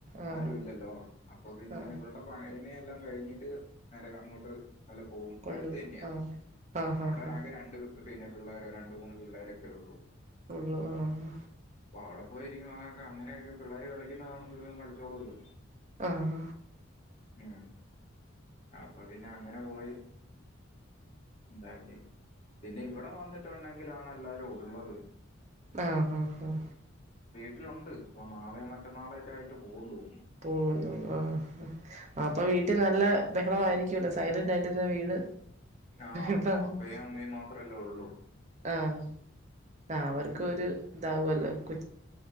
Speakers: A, on the right (about 35°); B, on the left (about 30°).
A: ആഹ്
B: ആരുല്ലല്ലോ അപ്പൊ പിന്നെ
A: ആഹ്
B: ഇവള്ടെ പ്രായ എല്ലാം കഴിഞ്ഞിട്ട് നേരെ അങ്ങോട്ട് അല്ല പോവും
A: കൊണ്ടു
B: അടുത്തന്നെയാ
A: ആഹ് ആഹ്
B: അവടെ
A: ആഹ് ആഹ്
B: ആകെ രണ്ട് പിന്നെ പിള്ളേരോ രണ്ടു മൂന്ന് പിള്ളേരെ <unintelligible> ഉള്ളൂ
A: ഉള്ളു ആ ഹാ
B: അപ്പൊ അവിടെ പോയിരിക്കും അങ്ങൊക്കെ അങ്ങനെയെക്കെ പിള്ളേര് കളിക്കുന്ന കാണുമ്പോൾ ഇവനും കളിച്ചോളു അല്ലോ
A: ആഹ
B: ഉം അപ്പൊ പിന്നെ അങ്ങനെ പോയി എന്താക്കി പിന്നെ ഇവടെ വന്നിട്ടുണ്ടെങ്കിലാ നല്ല ഉള്ളത്
A: ആഹ് ആഹ് ആഹ്-
B: വീട്ടില് ഒണ്ട് ഇപ്പോ നാളെ മറ്റന്നാളോ ഒക്കെ ആയിട്ടേ പോവ്ള്ളൂ-
A: പോകുന്നു ആ അപ്പോ
B: ഉം
A: വീട്ടിൽ നല്ല ബഹളവായിരിക്കും ലോ സൈലന്റ് ആയിട്ടരുന്ന വീട്
B: ആ
A: ഇപ്പ ആഹ്
B: പപ്പയും അമ്മയും മാത്രല്ലേ ഉള്ളു
A: ആഹ് ആ അവർക്ക് ഒരു ദാ ആവ്വല്ലോ കു